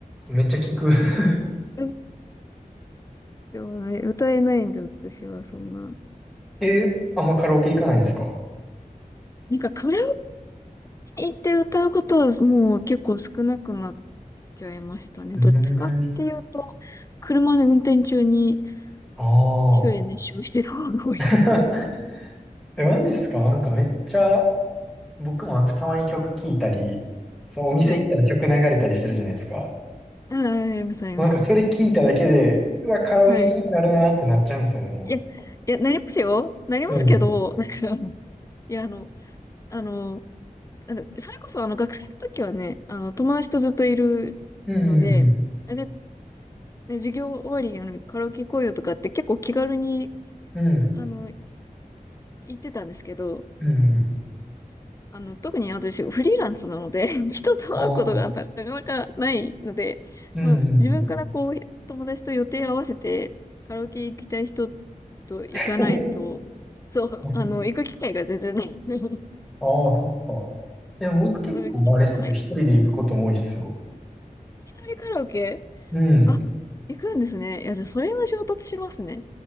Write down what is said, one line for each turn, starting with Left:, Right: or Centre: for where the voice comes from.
Centre: い。めっちゃ聞く。<laughs>
Left: <laughs> でもね、歌えないんで、私はそんな。
Centre: え、あんまカラオケ行かないんですか
Left: なんかカラオケ行って歌うことはもう結構少なくなっちゃいましたね。
Centre: うん。
Left: どっちかっていうと、車で運転中に
Centre: ああ。
Left: 一人で熱唱してる方が多いかも。
Centre: <laughs> え、マジですかなんかめっちゃ、僕もなんかたまに曲聴いたり、そのお店行ったら曲流れたりしてるじゃないですか。
Left: はい。ああ、あります、あります。
Centre: なんかそれ聞いただけで、うわ、カラオケ行けなくなるなーってなっちゃうんですよね、
Left: はい。
Centre: も
Left: いや、いや、なりますよ。なりますけど、
Centre: うん。
Left: なんか、いや、あの、あの、あの、それこそ、あの、学生の時はね、あの、友達とずっといるので、
Centre: うんうん
Left: あ、じゃあ、ね授業終わりに、あの、カラオケ行こうよとかって結構気軽に、
Centre: うん。
Left: あの、言ってたんですけど、
Centre: うんうん。
Left: あの、特に私、フリーランスなので、<laughs> 人と会うことがなかなかないので、
Centre: ああ。うんうんうん。
Left: まあ、
Centre: うんうんうん
Left: 自分からこう、友達と予定合わせて、カラオケ行きたい人と行かないと、
Centre: <laughs>
Left: そう、
Centre: まあ、そ、
Left: あの、行く機会が全然ない。<laughs>
Centre: ああ、そっか。でも僕結構あれっすよ。
Left: だから気じゃない。
Centre: 一人で行くことも多いっすよ。
Left: 一人カラオケ
Centre: うん。
Left: あ、行くんですね。いや、じゃあそれは衝突しますね。